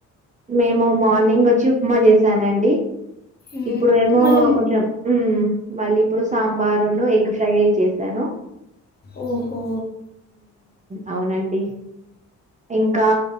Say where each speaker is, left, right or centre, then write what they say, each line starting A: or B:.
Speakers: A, on the right; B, on the left.
A: మేము మార్నింగ్ వచ్చి ఉప్మా చేసానండి
B: మ్మ్.
A: ఇప్పుడు ఏమో
B: మళ్ళీ
A: కొంచెం మళ్ళీ ఇప్పుడు సాంబార్ను ఎగ్ ఫ్రై చేసాను
B: ఓహో
A: అవునండి ఇంకా